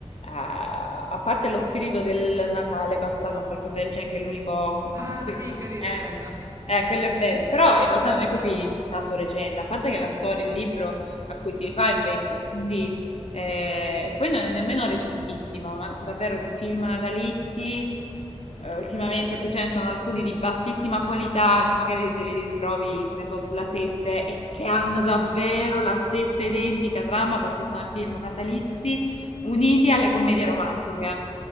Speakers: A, on the left (about 70°); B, on the right (about 30°).
A: a parte lo spirito del Natale passato o qualcosa del genere, che è l'unico... mm,
B: Ah,
A: più
B: sì,
A: ri-
B: carina
A: eh,
B: quella.
A: eh, quello è bello, però in realtà non è così tanto recente, a parte che la storia, il libro a cui si rifà è vecchio, <laughs> quindi... eh, e poi non è nemmeno recentissimo, ma davvero di film natalizi... Eh, Ultimamente poi ce ne sono alcuni di bassissima qualità che magari te li ritrovi, che ne so, sulla 7 e che hanno davvero la stessa identica trama perché sono i film natalizi uniti alle
B: Sì,
A: commedie
B: sì,
A: romantiche.